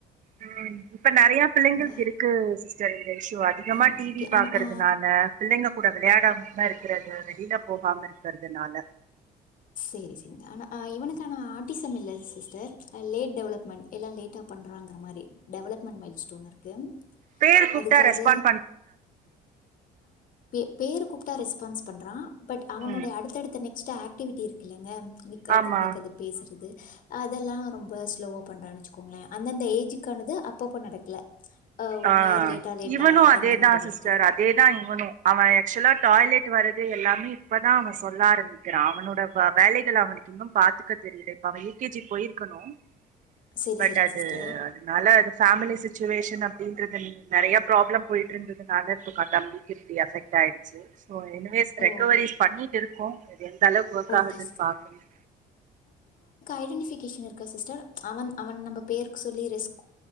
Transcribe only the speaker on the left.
ஆ
ஆ
ஓகே ஆனா
ஆ
சேரி சரி ஆனா இவனுக்குான ஆர்டிஸ்ட் இல்ல சிஸ்டர் லேட் டெவலப்மெண்ட் எல்லாம் லேட்டா பண் ங்க மாதிரி டெவலப்மெண்ட் மைல் ஸ்டோன் இருக்கு
அதுக்காக
பேர் கூப்பிட்டா ரெஸ்பான்ஸ் பண்றான் பட் அவனுடைய
அடுத்தடுடுத்த ந ஸ்டாட் ஆக்டிவிட்டி இருக்குல்லங்க நிக்கறது
நடக்கறது பேசுறது அதெல்லாம் ரொம்ப ஸ்லோவாக பண்ணறனுச்சுக்கோங்களேன் அந்தந்த ஏஜுக்கானது அப்பப்போ நடக்கல அ ஒன்
இயர் லேட்டா லேட்டா
அந்த மாரி நடக்குது
செரி
செரிங்க
சிஸ்டர்
ஓ
ஓகே
ஐடெடிபிகேஷன் இருக்க சிஸ்டர் அவன் அவன் நம்ம பேருக்கு சொல்லி ரிஸ்க்